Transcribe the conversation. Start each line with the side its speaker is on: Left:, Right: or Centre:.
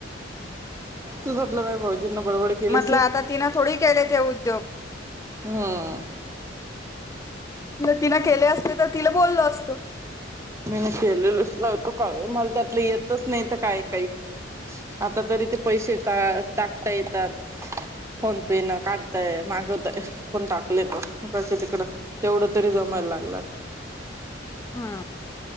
Right: तू झटला बाय <unintelligible> जिन बड बड केेले
Left: म्हटलं आता तिनं थोडी केले ते उद्योग.
Right: हम्म. <unintelligible>
Left: तिन केले असते तर तिला बोललो असतो.
Right: मीन केलेलोच नव्हतो तो मला त्यातलं येतच नाही तर काय काही. आता तरी ते पैसे का टाकता येतात. फोन पे न काढताय मागवतय कोण टाकले त कड तिकडं तेवढं तरी जमा. लागलात.
Left: हा.